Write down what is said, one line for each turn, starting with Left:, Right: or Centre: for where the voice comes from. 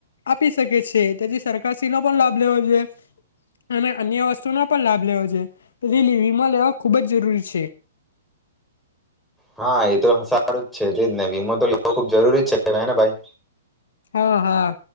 Left: આપી શકે છે તેથી સરકાર ચકાસી નો પણ લાભ લેવો જો અને અન્ય વસ્તુનો પણ લાભ લેવો જો વીમા લેવા ખુબ જ જરૂરી છે
Centre: હા એ તો સારું જ છે તેજ ને વીમો તો લેવ ખુબ જરૂરી જ છે હેને ભાઈ
Left: હા હા